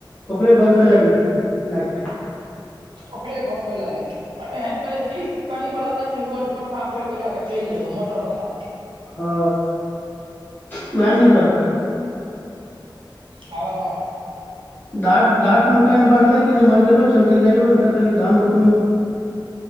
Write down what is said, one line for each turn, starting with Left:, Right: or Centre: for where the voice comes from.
Left: ओकरे घर सँ लए लियअ लाइट।
Right: ओकरे घरसँ लए लेब अ एहन करै छी। कड़ी वला दैय छी रोज पंखा खोलिके लए क चलि जेबैय मोटर बला।
Left: हँ उहै नीक रहत।
Right: हँ।
Left: धान धान मे पइन बढ़ले कि नहि एमर गेलो छी, हम त जाइयो ने सकलियै धान रोप।